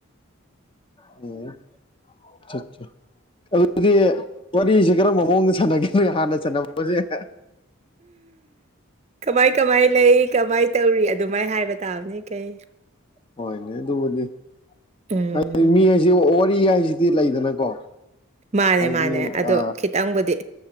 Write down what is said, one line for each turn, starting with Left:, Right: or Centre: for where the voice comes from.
Left: ꯑꯣ ꯆꯥ ꯆꯥ ꯑꯗꯨꯗꯤ ꯋꯥꯔꯤꯖꯦ ꯀꯔꯝꯕ ꯃꯑꯣꯡꯗ ꯁꯥꯟꯅꯒꯦ ꯅꯣꯏ ꯍꯥꯟꯅ <unintelligible>
Right: ꯀꯃꯥꯏ ꯀꯃꯥꯏ ꯂꯩ ꯀꯃꯥꯏ ꯇꯧꯔꯤ ꯑꯗꯨꯃꯥꯏ ꯍꯥꯏꯕ ꯇꯥꯕꯅꯤ ꯀꯩ
Left: ꯍꯣꯏꯅꯦ ꯑꯗꯨꯕꯨꯗꯤ
Right: ꯎꯝ
Left: ꯍꯥꯏꯗꯤ ꯃꯤ ꯍꯥꯏꯁꯤ ꯋꯥꯔꯤ ꯍꯥꯏꯁꯤꯗꯤ ꯂꯩꯗꯅꯀꯣ
Right: ꯃꯥꯅꯦ
Left: ꯍꯥꯏꯗꯤ
Right: ꯃꯥꯅꯦ ꯑꯗꯣ
Left: ꯑ
Right: ꯈꯤꯇꯪꯕꯨꯗꯤ